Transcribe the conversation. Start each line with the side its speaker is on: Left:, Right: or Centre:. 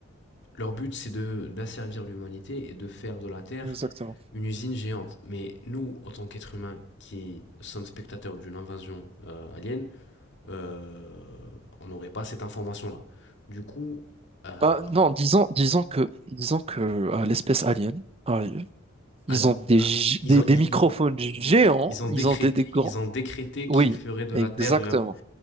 Left: leur but, c'est de d'asservir l'humanité et de faire de la Terre
Right: Exactement.
Left: une usine géante. Mais nous, en tant qu'êtres humains qui sommes spectateurs d'une invasion euh, alien, euh, on n'aurait pas cette information-là. Du coup, euh,
Right: Bah, non, disons, disons que, disons que euh, l'espèce alien arrive Ils
Left: à,
Right: ont des,
Left: à,
Right: gi-
Left: ils
Right: des,
Left: ont,
Right: des
Left: ils,
Right: microphones géants,
Left: ils, ils, ont
Right: ils
Left: décrété,
Right: ont des, des grands...
Left: ils ont décrété
Right: Oui,
Left: qu'ils feraient de
Right: exactement,
Left: la terre leur.